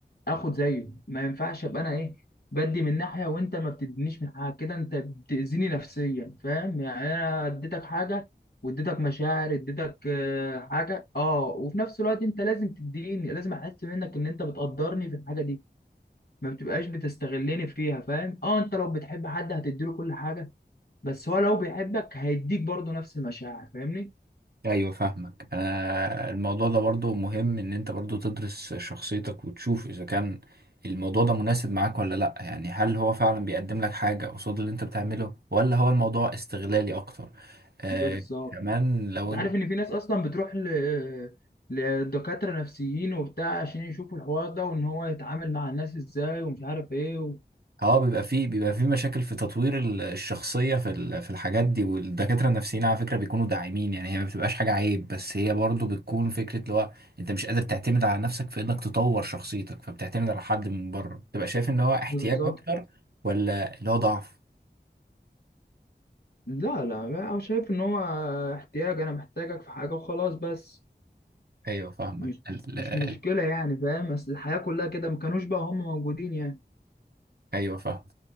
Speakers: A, on the left (about 60°); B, on the right (about 60°).
A: اخد زيه ما ينفعش ابقى انا ايه بدي من ناحيه وانت ما بتدينيش من حاجه كده انت بتاذيني نفسيا فاهم يعني انا اديتك حاجه واديتك مشاعر اديتك آه، حاجه اه وفي نفس الوقت انت لازم تديني لازم احس منك ان انت بتقدرني في الحاجه دي ما بتبقاش بتستغلني فيها فاهم اه انت لو بتحب حد هتديله كل حاجه بس هو لو بيحبك هيديك برضه نفس المشاعر فاهمني
B: ايوه فاهمك انا الموضوع ده برضو مهم ان انت برضو تدرس شخصيتك وتشوف اذا كان الموضوع ده مناسب معاك ولا لا يعني هل هو فعلا بيقدم لك حاجه قصاد اللي انت بتعمله ولا هو الموضوع استغلالي اكتر آه،
A: بالظبط
B: كمان لو
A: انت عارف ان في ناس اصلا بتروح ل... لدكاترة نفسيين وبتاع عشان يشوفوا الحوار ده وان هو يتعامل مع الناس ازاي ومش عارف ايه و...
B: اه بيبقى فيه بيبقى فيه مشاكل في تطوير ال- الشخصية في ال- في الحاجات دي والدكاترة النفسيين على فكرة بيكونوا داعمين يعني هي ما بتبقاش حاجة عيب بس هي برضو بتكون فكرة اللي هو انت مش قادر تعتمد على نفسك في انك تطور شخصيتك فبتعتمد على حد من بره تبقى شايف ان هو احتياج
A: بالظبط
B: اكتر ولا اللي هو ضعف
A: لا لا انا شايف ان هو احتياج انا محتاجك في حاجة وخلاص بس
B: ايوه فاهمك
A: مش
B: ال-
A: مش
B: ال-
A: مشكلة يعني فاهم بس الحياة كلها كده ما كانوش بقى هم موجودين يعني
B: ايوه فاهم